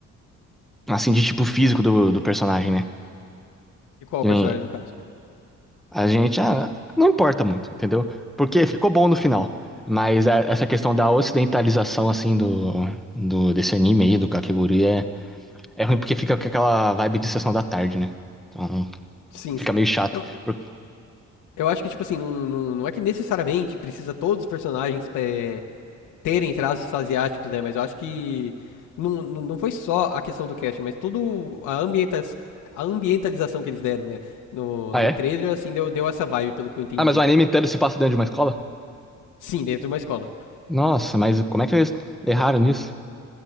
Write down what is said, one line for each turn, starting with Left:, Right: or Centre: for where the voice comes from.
Centre: assim, de tipo físico do, do personagem, né?
Left: De qual
Centre: Que
Left: personagem
Centre: nem
Left: do caso?
Centre: a gente, ah, não importa muito, entendeu? Porque ficou bom no final. Mas a- essa questão da ocidentalização, assim, do, do desse anime aí, do Kakegurui, é, é ruim porque fica com aquela vibe de sessão da tarde, né? Então
Left: Sim,
Centre: fica
Left: sim.
Centre: meio chato.
Left: Eu,
Centre: Por-
Left: eu acho que, tipo assim, não, não, não é que necessariamente precisa todos os personagens é, terem traços asiáticos, né? Mas eu acho que não, não não foi só a questão do casting, mas toda a, ambienta, a ambientalização que eles deram, né? No,
Centre: Ah,
Left: no
Centre: é?
Left: trailer, assim, deu, deu essa vibe, pelo que eu entendi.
Centre: Ah, mas o anime inteiro se passa dentro de uma escola?
Left: Sim, dentro de uma escola.
Centre: Nossa, mas como é que eles erraram nisso?